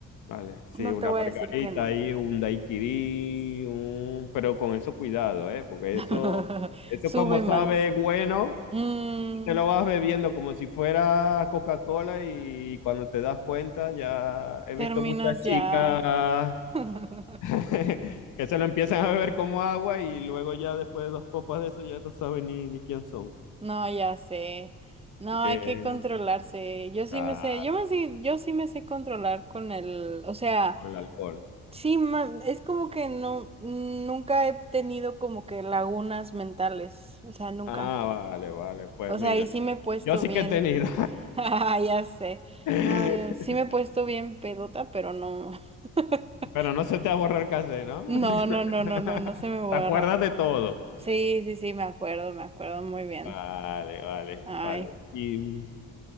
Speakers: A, on the left (about 80°); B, on the right (about 20°).
A: Vale, sí,
B: No
A: una
B: te voy
A: pargarita
B: a decir que no.
A: ahí, un daiquiri, un... pero con eso cuidado, ¿eh? Porque
B: <laughs>
A: eso, eso
B: Sube
A: como sabe
B: más.
A: bueno,
B: Mm,
A: te lo vas bebiendo como si fuera Coca-Cola y cuando te das cuenta ya he
B: terminas
A: visto muchas chicas
B: ya. <laughs>
A: <laughs> que se lo empiezan a beber como agua y luego ya después de dos copas de eso ya no saben ni, ni quién son.
B: No, ya sé. No,
A: Así que,
B: hay que controlarse. Yo sí
A: claro,
B: me sé, yo me sí, yo sí me sé controlar con el, o sea,
A: con el alcohol.
B: sí, ma- es como que no, nunca he tenido como que lagunas mentales, o sea, nunca.
A: Ah, vale, vale, pues
B: O
A: mira,
B: sea, y sí me he puesto
A: yo sí
B: bien,
A: que he tenido.
B: <laughs> ya sé.
A: <laughs>
B: No, eh, sí me he puesto bien pedota, pero no. <laughs>
A: Pero no se te va a borrar casé, ¿no?
B: No,
A: <laughs>
B: no, no, no, no, no se me borra.
A: Te acuerdas de todo.
B: Sí, sí, sí, me acuerdo, me acuerdo muy bien.
A: Vale, vale,
B: Ay.
A: vale. Y